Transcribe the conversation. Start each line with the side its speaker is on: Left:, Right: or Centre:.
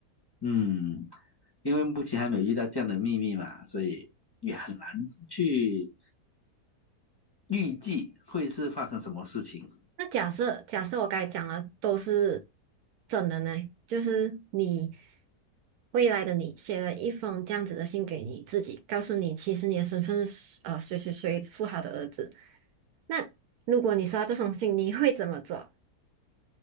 Left: 嗯，因为目前还没有遇到这样的秘密嘛，所以也很难去预计会是发生什么事情。
Right: 那假设假设我刚才讲的都是真的呢，就是你未来的你写了一封这样子的信给你自己，告诉你其实你的身份是呃谁谁谁富豪的儿子。那如果你收到这封信，你会怎么做？